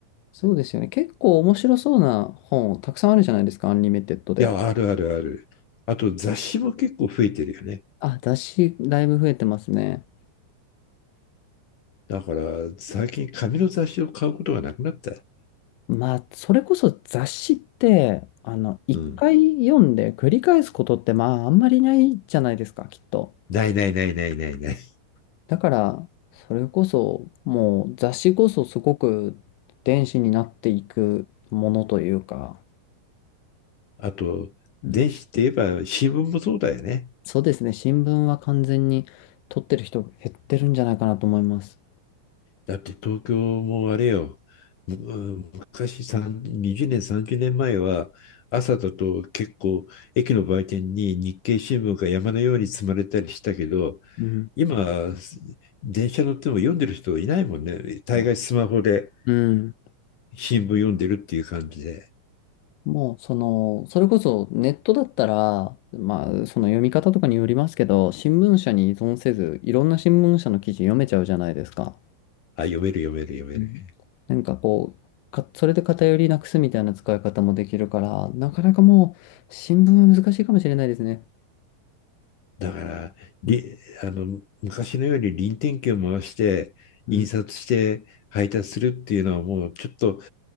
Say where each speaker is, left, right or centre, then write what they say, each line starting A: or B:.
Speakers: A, on the left; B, on the left.
A: そうですよね。結構面白そうな本、たくさんあるじゃないですか、アンリミテッドで。
B: や、あるあるある。あと雑誌も結構増えてるよね。
A: あ、雑誌、だいぶ増えてますね。
B: だから最近紙の雑誌を買うことがなくなった。
A: まあ、それこそ雑誌って、あの、一回読んで繰り返すことって、
B: うん。
A: まあ、あんまりないじゃないですか、きっと。
B: ないないないないないない。
A: だから、それこそ、もう雑誌こそすごく電子になっていくものというか、
B: あと、
A: うん、
B: 電子って言えば新聞もそうだよね。
A: そうですね、新聞は完全に取ってる人減ってるんじゃないかなと思います。
B: だって東京もあれよ、む昔3 20年、30年前は朝だと結構駅の売店に日経新聞が山のように積まれたりしたけど、
A: うん。
B: 今、電車乗っても読んでる人いないもんね。大概スマホで
A: いやうん。
B: 新聞読んでるっていう感じで、
A: もう、その、それこそネットだったら、まあ、その読み方とかによりますけど、新聞社に依存せず、いろんな新聞社の記事読めちゃうじゃないですか。
B: あ、読める読める読める。
A: うんなんかこう、か、それで偏りなくすみたいな使い方もできるから、なかなかもう、新聞は難しいかもしれないですね。
B: だから、りあの昔のように臨転機を回して、
A: うん、うん、
B: 印刷して配達するっていうのはもうちょっと